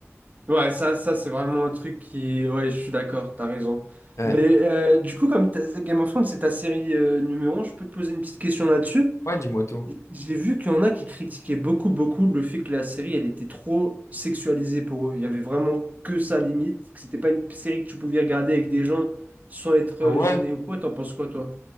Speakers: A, on the right (about 30°); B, on the left (about 75°).
A: Ouais, ça, ça c'est vraiment un truc qui... Ouais, je suis d'accord, t'as raison.
B: Ouais,
A: Mais euh, du coup, comme t'as- Game of Thrones, c'est ta série euh, numéro un, je peux te poser une petite question là-dessus.
B: ouais, dis-moi tout.
A: J'ai vu qu'il y en a qui critiquaient beaucoup, beaucoup le fait que la série, elle était trop sexualisée pour eux. Il y avait vraiment que ça limite, que c'était pas une série que tu pouvais regarder avec des gens sans être
B: Ah
A: euh,
B: ouais?
A: gêné ou quoi. T'en penses quoi, toi?